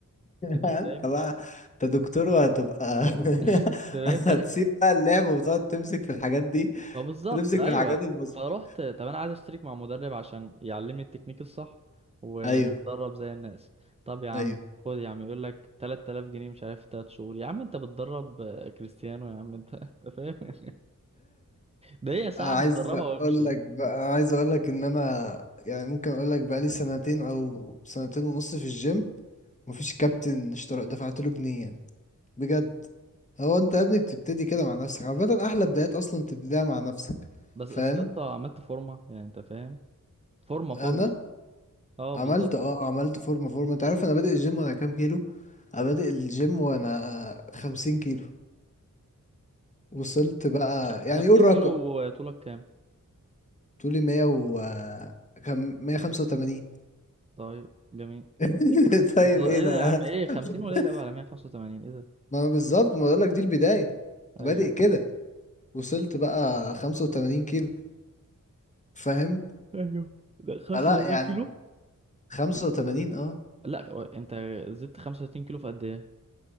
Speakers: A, on the left (about 20°); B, on the right (about 20°).
A: <laughs>
B: انت
A: انت
B: فاهم
A: بقى انت دكتور وهتبقى <laughs>
B: <laughs> انت
A: هتسيب
B: فاهم
A: بقى اللعب وتقعد تمسك في الحاجات دي
B: ما بالظبط
A: تمسك
B: ايوه
A: في الحاجات البسيطه
B: فروحت طب انا عايز اشترك مع مدرب عشان يعلمني التكنيك الصح ونتدرب
A: ايوه
B: زي الناس طب يا عم
A: ايوه
B: خد يا عم يقول لك 3000 جنيه مش عارف 3 شهور يا عم انت بتدرب آه، كريستيانو يا عم انت <laughs> انت فاهم <laughs> ده هي ساعة
A: عايز
B: هتدربها
A: اقول
B: وامشي
A: لك بقى عايز اقول لك ان انا يعني ممكن اقول لك بقى لي سنتين او سنتين ونص في الجيم مفيش كابتن اشترى دفعت له جنيه يعني بجد هو انت يا ابني بتبتدي كده مع نفسك عامه احلى بدايات اصلا تبتديها مع نفسك
B: بس
A: فاهم
B: بس يا اسطى عملت فورمة يعني انت فاهم فورمة فورمة
A: انا
B: اه
A: عملت
B: بالظبط
A: اه عملت فورمه فورمه انت عارف انا بادئ الجيم وانا كام كيلو انا بادئ الجيم وانا خمسين كيلو وصلت بقى
B: خ-
A: يعني
B: 50
A: قول
B: كيلو
A: رقم
B: طولك كام
A: طولي مية و كم مية خمسة وتمانين
B: طيب جميل
A: <laughs> طيب
B: بس ده-
A: ايه
B: ايه
A: ده
B: ده يا عم ايه 50
A: <laughs>
B: قليل قوي على 185 ايه ده
A: ما أنا بالظبط ما بقولك دي البداية بادئ
B: ايوه
A: كده وصلت بقى 85 كيلو فاهم
B: ايوه ده 35
A: فلا يعني
B: كيلو
A: 85 اه
B: لا هو انت زدت 35 كيلو في قد ايه